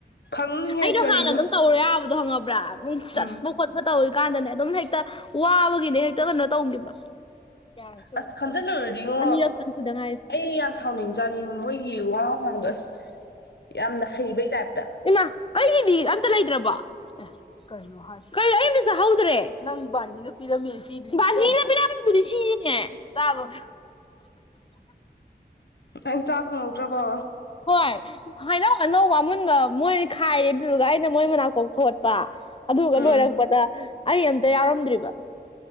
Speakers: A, on the left; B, on the left.
A: ꯐꯪꯍꯦ
B: ꯑꯩꯗꯣ
A: ꯀꯔꯤꯅꯣ
B: ꯍꯥꯟꯅ ꯑꯗꯨꯝ ꯇꯧꯔꯦ ꯌꯥꯕꯗꯣ ꯍꯪꯉꯕ꯭ꯔꯥ ꯑꯗꯨꯝ
A: ꯎꯝ
B: ꯆꯠꯄ ꯈꯣꯠꯄ ꯇꯧꯔꯤ ꯀꯥꯟꯗꯅꯦ ꯑꯗꯨꯝ ꯍꯦꯛꯇ ꯋꯥꯕꯒꯤꯅꯦ ꯍꯦꯛꯇ ꯀꯩꯅꯣ ꯇꯧꯈꯤꯕ ꯀꯌꯥꯔꯛ ꯁꯨꯔꯕ
A: ꯑꯁ ꯈꯟꯖꯤꯜꯂꯨꯔꯗꯤꯉꯣ
B: ꯇꯧ ꯑꯅꯤꯔꯛꯇꯪ ꯁꯨꯗ ꯉꯥꯏꯔꯤ
A: ꯑꯩ ꯌꯥꯝ ꯁꯥꯎꯅꯤꯡ ꯖꯥꯠꯅꯤꯉꯣ ꯃꯣꯏꯒꯤ ꯋꯥꯉꯥꯡ ꯁꯥꯥꯉꯥꯡꯗꯣ ꯑꯁ ꯌꯥꯝꯅ ꯍꯩꯕꯩ ꯇꯥꯏꯞꯇ
B: ꯏꯃꯥ ꯀꯩꯒꯤꯗꯤ ꯑꯝꯇ ꯂꯩꯇ꯭ꯔꯕꯣ ꯑꯦ ꯀꯩꯅꯣ ꯍꯥꯏꯁꯤꯕꯣ ꯀꯩꯅꯣ ꯑꯩ ꯑꯃꯇꯥ ꯆꯥꯍꯧꯗ꯭ꯔꯦ ꯅꯪ ꯕꯥꯖꯤꯅ ꯄꯤꯔꯝꯃꯦ ꯕꯥꯁꯤꯅ ꯄꯤꯔꯝꯕꯗꯨꯗꯤ ꯁꯤꯅꯦ ꯆꯥꯔꯣ
A: ꯀꯩꯏꯝ ꯆꯥ ꯐꯪꯍꯧꯗ꯭ꯔꯕꯣ
B: ꯍꯣꯏ ꯍꯩꯅꯧ ꯑꯅꯧꯕ ꯑꯃꯨꯟꯕ ꯃꯣꯏꯅ ꯈꯥꯏꯔꯦ ꯑꯗꯨꯗꯨꯒ ꯑꯩꯅ ꯃꯣꯏ ꯃꯅꯥꯀꯣꯛ ꯊꯣꯠꯄ ꯑꯗꯨꯗꯨꯒ
A: ꯎꯝ
B: ꯂꯣꯏꯔꯛꯄꯗ ꯑꯩ ꯑꯝꯇ ꯌꯥꯎꯔꯝꯗ꯭ꯔꯤꯕ